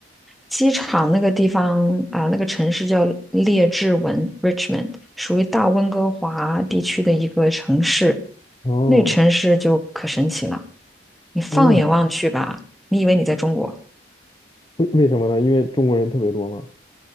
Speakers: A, in the centre; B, on the left.
A: 机场那个地方啊，那个城市叫列治文 （Richmond），属于大温哥华地区的一个城市。
B: 哦
A: 那城市就可神奇了，你放眼望去吧，
B: 哦，
A: 你以为你在中国。
B: 为为什么呢？因为中国人特别多嘛。